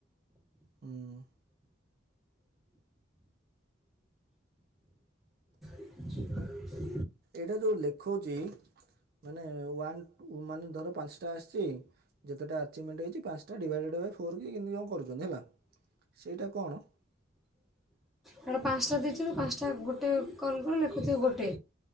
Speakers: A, on the right (about 50°); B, in the centre.
A: ହୁଁ।
B: <inaudible>
A: ଏଇଟା ଯୋଉ ଲେଖଉଚି ମାନେ ୱାନ୍ ମାନେ ଧର ପାଞ୍ଚଟା ଆସିଚି ଯେତେଟା ଆଚିଭମେଣ୍ଟ ହେଇଚି ପାଞ୍ଚଟା ଡିଭାଇଡେଡ଼୍ ବାଇ ଫୋର୍ କି କେମିତି କଣ କରୁଛନ୍ତି ହେଲା। ସେଇଟା କଣ
B: ହେଟା ପାଞ୍ଚଟା ଦେଇଥିବେ ପାଞ୍ଚଟା ଗୋଟେ କଲ୍ କଲେ ଲେଖୁଥିବ ଗୋଟେ।